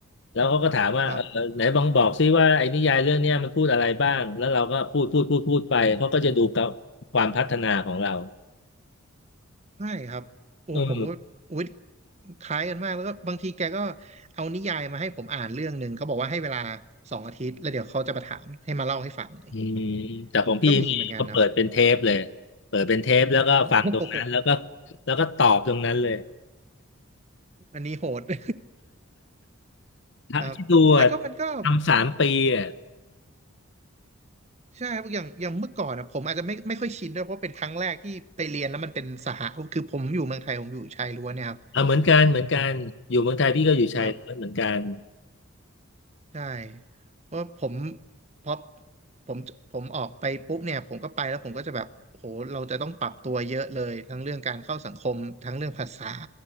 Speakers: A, on the left (about 55°); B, on the right (about 30°).
A: แล้วเขาก็ถามว่าเออไหนบองบอกซิว่าไอ้นิยายเรื่องเนี้ยมันพูดอะไรบ้างแล้วเราก็พูดพูดพูดพูดไปเขาก็จะดูกับความพัฒนาของเรา
B: ครับ ใช่ครับโอ้ผมก็อุ๊ย
A: อืม
B: คล้ายกันมากแล้วก็บางทีแกก็เอานิยายมาให้ผมอ่านเรื่องหนึ่งก็บอกว่าให้เวลาสองอาทิตย์แล้วเดี๋ยวเขาจะมาถามให้มาเล่าให้ฟังอะไรเงี้ย
A: อืมแต่ของพี่นี่ก็เปิดเป็นเทปเลย
B: ก็มีเหมือนกันครับ
A: เปิดเป็นเทปแล้วก็ฟังตรงนั้นแล้วก็
B: <laughs> โอ้โห
A: แล้วก็ตอบตรงนั้นเลย
B: อันนี้โหด <laughs>
A: ถ้าคิดดูอะ
B: ครับแต่ก็มันก็
A: ทำสามปีอ่ะ
B: ใช่ครับอย่างอย่างเมื่อก่อนนะผมอาจจะไม่ไม่ค่อยชินด้วยเพราะเป็นครั้งแรกที่ไปเรียนแล้วมันเป็นสหะคือผมอยู่เมืองไทยผมอยู่ชายล้วนเนี่ยครั
A: เอาเหมือนกันเหมือนกันอยู่เมืองไทยพี่ก็อยู่ชายล้วนเหมือนกัน
B: บ ใช่เพราะผมพอผมผมออกไปปุ๊บเนี่ยผมก็ไปแล้วผมก็จะแบบโหเราจะต้องปรับตัวเยอะเลยทั้งเรื่องการเข้าสังคมทั้งเรื่องภาษา